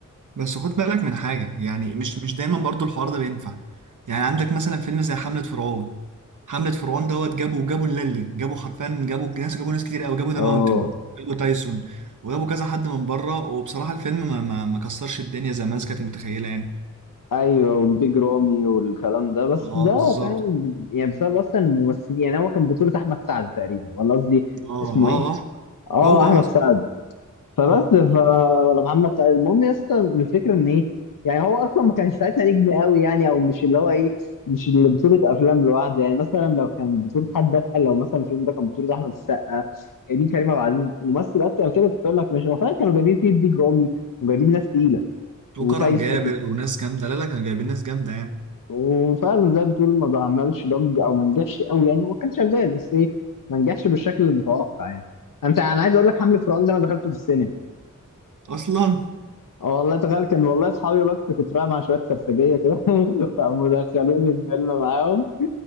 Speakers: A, on the right; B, on the left.
A: بس خد بالك من حاجة يعني مش مش دايما برضو الحوار ده بينفع يعني عندك مثلا فيلم زي حملة فرعون حملة فرعون دوت جابوا جابوا اللالي جابوا حرفيا جابوا ناس جابوا ناس كتير قوي جابوا ذا
B: اه
A: ماونتن جابوا تايسون وجابوا كذا حد من بره وبصراحة الفيلم ما ما, ما كسرش الدنيا زي ما الناس كانت متخيلة يعني
B: ايوه وبيج رامي والكلام ده بس
A: اه
B: ده
A: بالظبط
B: فاهم يعني بسبب اصلا الممثلين يعني هو كان بطولة احمد سعد تقريبا ولا قصدي
A: اه
B: اسمه
A: اه
B: ايه؟
A: اه
B: اه
A: هو
B: احمد
A: هو صح.
B: سعد فبس
A: مم.
B: ف ولا محمد سعيد المهم يا اسطى الفكره ان ايه يعني هو اصلا ما كانش ساعتها نجم قوي يعني او مش اللي هو ايه مش اللي بطوله افلام لوحده يعني مثلا لو كان بطوله حد اتقل لو مثلا الفيلم ده كان بطوله احمد السقا جايبين كريم عبد العزيز ممثل اتقل كده كنت اقول لك ماشي هو فعلا كانوا جايبين فيه بيج رامي وجايبين ناس تقيله وتايسون
A: وكرم جابر وناس جامدة لا لا كانوا جايبين ناس جامدة يعني
B: وفعلا زي ما بتقول ما عملش ضج او ما نجحش قوي يعني هو كان شغال بس ايه ما نجحش بالشكل المتوقع يعني انت انا عايز اقول لك حمله فرعون ده انا دخلته في السينما
A: اصلا
B: اه والله تخيل كان والله اصحابي بس كنت رايح مع شويه سرسجيه كده <laughs> فقاموا دخلوني الفيلم معاهم